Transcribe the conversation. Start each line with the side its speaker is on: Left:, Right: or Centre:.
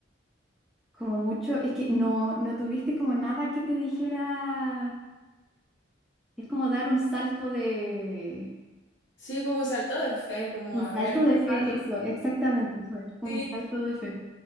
Centre: como mucho, es que no, no tuviste como nada que te dijera, es como dar un salto de,
Left: Sí, como un salto de fe, como
Centre: un
Left: a
Centre: salto
Left: ver
Centre: de
Left: qué
Centre: fe,
Left: pasa.
Centre: eso, exactamente fue, un
Left: sí
Centre: salto de fe.